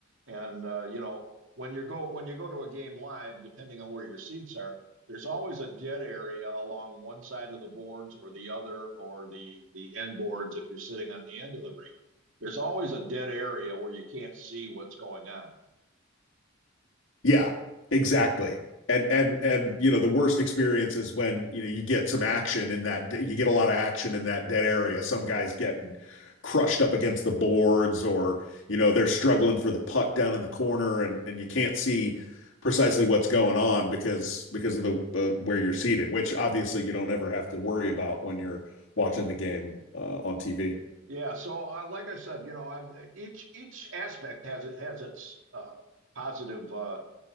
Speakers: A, on the right (about 70°); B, on the left (about 65°).
A: And uh, you know, when you go when you go to a game live, depending on where your seats are, there's always a dead area along one side of the boards or the other, or the the end boards if you're sitting on the end of the rink. There's always a dead area where you can't see what's going on.
B: Yeah, exactly. And and and you know the worst experience is when you know you get some action in that you get a lot of action in that dead area. Some guy's getting crushed up against the boards, or you know they're struggling for the puck down in the corner, and and you can't see precisely what's going on because because of the uh, where you're seated, which obviously you don't ever have to worry about when you're watching the game uh, on TV.
A: Yeah, so uh, like I said, you know, I've, each each aspect has it has its uh, positive uh,